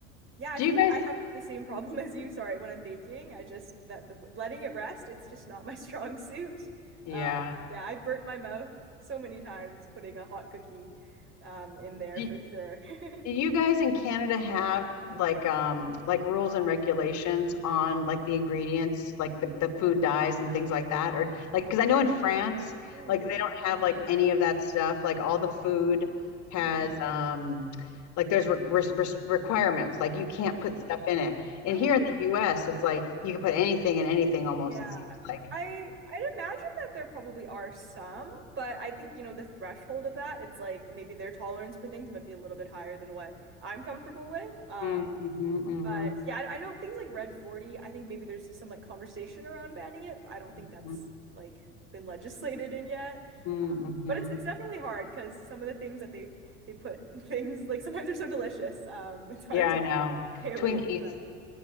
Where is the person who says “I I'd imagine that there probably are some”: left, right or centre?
Right